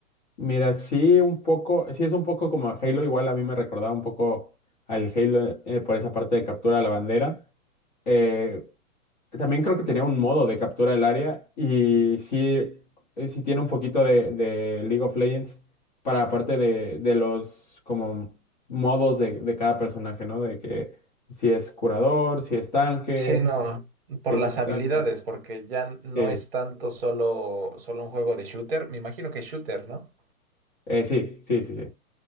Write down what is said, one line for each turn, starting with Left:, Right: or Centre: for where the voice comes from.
Left: Mira, sí, un poco, sí es un poco como Halo, igual a mí me recordaba un poco al Halo eh, por esa parte de captura de la bandera. Eh, también creo que tenía un modo de captura del área y sí, eh, sí tiene un poquito de, de League of Legends para la parte de, de los como modos de, de cada personaje, ¿no? De que si es curador, si es tanque,
Right: Sí, no, por
Left: si es
Right: las
Left: de ataque.
Right: habilidades, porque ya no
Left: Sí.
Right: es tanto solo, solo un juego de shooter. Me imagino que es shooter, ¿no?
Left: Eh, sí, sí, sí, sí.